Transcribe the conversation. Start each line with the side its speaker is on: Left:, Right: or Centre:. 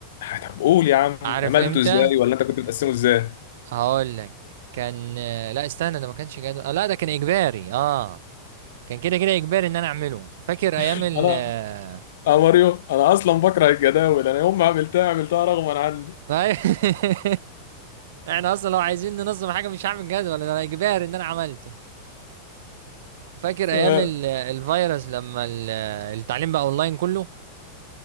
Left: طب قول يا عم
Right: عارف
Left: عملته
Right: امتى
Left: ازاي ولا انت كنت بتقسمه ازاي
Right: هقول لك كان آه لا استنى ده ما كانش جدول آه لا ده كان اجباري اه كان كده كده اجباري ان انا اعمله فاكر ايام
Left: انا
Right: ال آه،
Left: يا ماريو انا اصلا بكره الجداول انا يوم ما عملتها عملتها رغما عني
Right: <laughs> احنا اصلا لو عايزين ننظم حاجه مش هعمل جدول ده اجباري ان انا عملته فاكر
Left: تمام
Right: ايام ال- آه، الفيروس لما ال- آه، التعليم بقى اونلاين كله